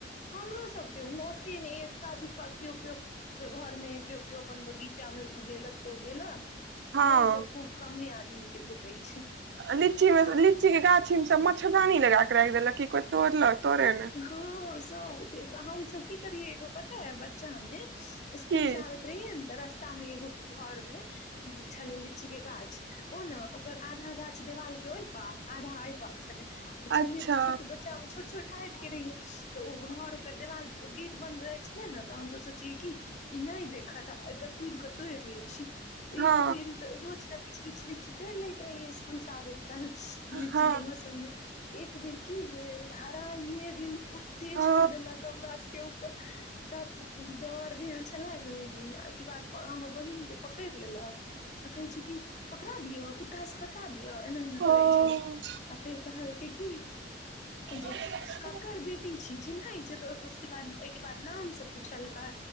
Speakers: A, on the left (about 40°); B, on the right (about 65°).
A: हमरो सबके ओते ने एक्का दुक्का केओ केओ के घर मे केओ केओ अपन बगीचा मे उगेलक तऽ उगेलक
B: हँ
A: नहि तऽ खूब कमे आदमी के भेटै छै
B: लीची मे स
A: आ
B: लीची के गाछी मे स म च्छरदानी लगाक के रैख देलक की कोइ तोड़लक तोड़े ने
A: हँ सब ओते आ हमसब की करियै एगो पता बच्चा मे इसकुल
B: की
A: आबै रहियै नऽ तऽ रस्ता मे एगो केँ घर मे छलै लीची केँ गाछ ओ नऽ ओकर आधा गाछ देवाल केँ ओहि पार आधा अहि पार छलै तऽ छलियै
B: अच्छा
A: तऽ छोट बच्चा मे छोट - छोट हाइट केँ रहियै तऽ ओ घर ओकर देवाल गेट बन्द रहै छलै नऽ तऽ हमसब सोचियै कि इ नाइ देखत आ एय कऽ कुइद कऽ तोड़ लै छी
B: हँ
A: एक बेर तऽ रोज नऽ किछ किछ लीची तोड़ लैत रहहिय इसकूल से आबैत काल लीची
B: हँ
A: केँ मौसममे एक बेर की भेल धराइए गेलू कुत्ते
B: ओ
A: छोइड़ देलक हमरा सब केँ उ तत डर भेल छलै नऽ ओय दिन ओहिकेँ बाद ओ हमर बहिन केँ पकैड़ लेलक आ कहे छै कि पकड़ा दियौ कुत्ता सँ कटा दिओ एना - एना
B: ओ
A: कहै छलै आ फेर कहलकै की
B: <inaudible>
A: जे ककर बेटी छै चिन्हई छै तऽ उसके बाद ओयकेँ बाद नाम सब पूछलकै